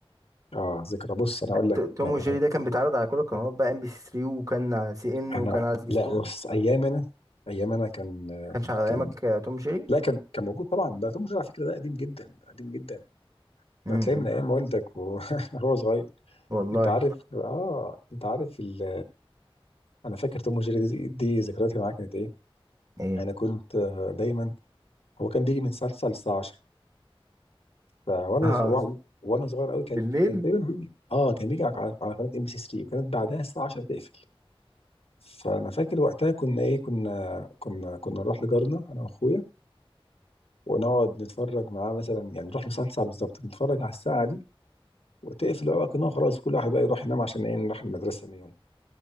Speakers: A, on the left; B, on the right.
A: اه ذكرى بص انا اقول لك
B: ت- توم
A: يعني
B: وجيري ده كان بيتعرض على كل القنوات بقى ام بي سي 3 وكان على سي ان
A: انا
B: وكان على سبيستون
A: لا بص ايام انا ايام انا كان
B: ما كانش على
A: كان
B: ايامك آه، توم جيري
A: لا كان كان موجود طبعا ده توم جيري على فكره ده قديم جدا قديم جدا
B: امم
A: ده هتلاقيه من ايام والدك وهو <laughs> صغير
B: والله
A: انت عارف اه انت عارف ال... انا فاكر توم وجيري دي, دي ذكرياتي معاه كانت ايه
B: ايه
A: انا كنت آه، دايما هو كان بيجي من الساعه 9 للساعه 10 فوانا
B: اه
A: ز- وع- وانا صغير قوي كان
B: بالليل
A: كان تقريبا بيجي اه كان بيجي على على قناه ام بي سي 3 وكانت بعدها الساعه 10 تقفل فانا فاكر وقتها كنا ايه كنا كنا كنا نروح لجارنا انا واخويا ونقعد نتفرج معاه مثلا يعني نروح للساعه 9 بالظبط نتفرج على الساعه دي وتقفل بقى كنا خلاص كل واحد بقى يروح ينام عشان ايه نروح المدرسه تاني يوم